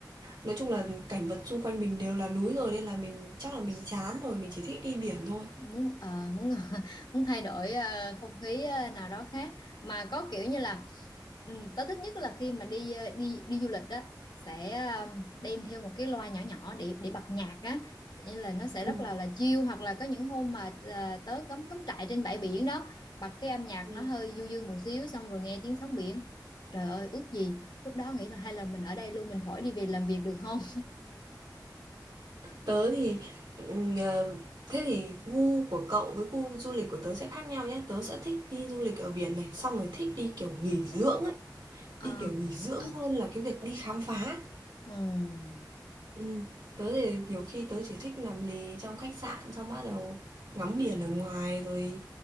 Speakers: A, on the right; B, on the left.
A: nói chung là cảnh vật xung quanh mình đều là núi rồi nên là mình chắc là mình chán rồi, mình chỉ thích đi biển thôi.
B: muốn ờ, muốn <laughs> muốn thay đổi ờ, không khí ờ, nào đó khác mà có kiểu như là ừ, tớ thích nhất là khi mà đi ờ, đi đi du lịch đó sẽ ờ, đem theo một cái loa nhỏ nhỏ để để bật nhạc á như là nó sẽ
A: Ừ.
B: rất là là chill hoặc là có những hôm mà ờ, tớ cắm cắm trại trên bãi biển đó bật cái âm nhạc
A: Ừ.
B: nó hơi du dương một xíu xong rồi nghe tiếng sóng biển trời ơi ước gì lúc đó nghĩ là hay là mình ở đây luôn mình khỏi đi về làm việc được không
A: Tớ thì, ờ, thế thì gu của cậu với gu du lịch của tớ sẽ khác nhau nhé Tớ sẽ thích đi du lịch ở biển này, xong rồi thích đi kiểu nghỉ dưỡng ấy,
B: Ờ.
A: đi kiểu nghỉ dưỡng hơn là cái việc đi khám phá.
B: ừ
A: Ừm, tớ thì nhiều khi tớ chỉ thích nằm lì trong khách sạn xong bắt đầu ngắm biển ở ngoài rồi